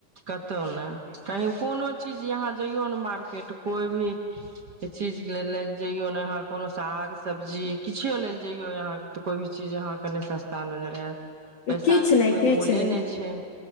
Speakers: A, on the right; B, on the left.
A: कतहु नहि कहीँ कोनो चीज यहाँ जइयौ ने मार्केट क्रिकेट कोइ भी ई चीज के ल जइयो ने ह कोनो साग सब्जी किछो लेल जइयो यहाँ त कोई भी चीज अहाँं के नहि सस्ता नजर आयत पैसा
B: किछु
A: के तऽ
B: नहि
A: कोई
B: किछु
A: मोले
B: नहि
A: छै